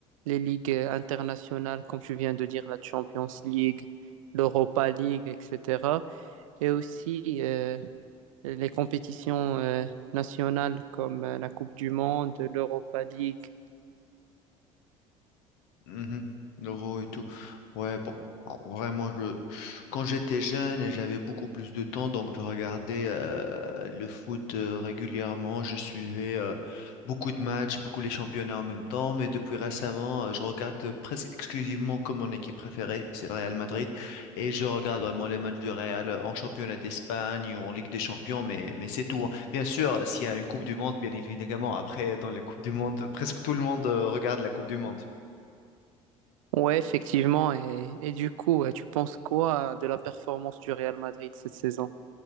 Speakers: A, on the right; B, on the left.
A: les ligues internationales, comme tu viens de dire, la Champions League, l'Europa League, etc. Et aussi euh, les compétitions euh, nationales comme euh, la Coupe du Monde, l'Europa League.
B: Mhm. L'euro et tout. Ouais, bon. en- Vraiment, je... quand j'étais jeune, et j'avais beaucoup plus de temps, donc je regardais euh, le foot euh, régulièrement. Je suivais euh, beaucoup de matchs, beaucoup les championnats en même temps. Mais depuis récemment, euh, je regarde euh, presque exclusivement comme mon équipe préférée, c'est le Real Madrid. Et je regarde vraiment les matchs du Real euh, en championnat d'Espagne ou en Ligue des Champions, mais, mais c'est tout. hein. Bien sûr, s'il y a une Coupe du Monde, bien évidemment, après, dans la Coupe du Monde, presque tout le monde euh, regarde la Coupe du Monde.
A: Ouais, effectivement. Et, et du coup, euh, tu penses quoi de la performance du Real Madrid cette saison?